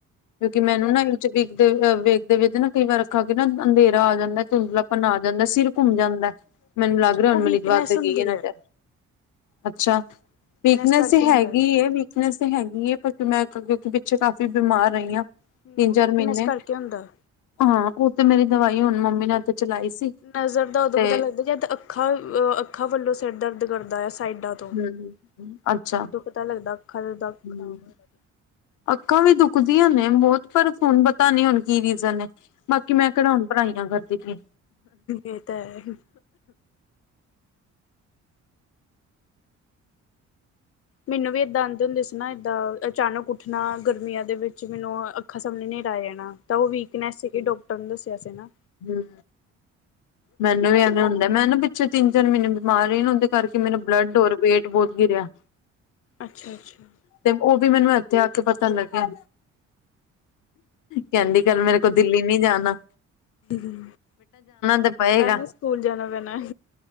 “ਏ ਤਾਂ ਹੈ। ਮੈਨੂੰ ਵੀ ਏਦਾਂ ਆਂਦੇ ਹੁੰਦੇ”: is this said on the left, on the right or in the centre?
Left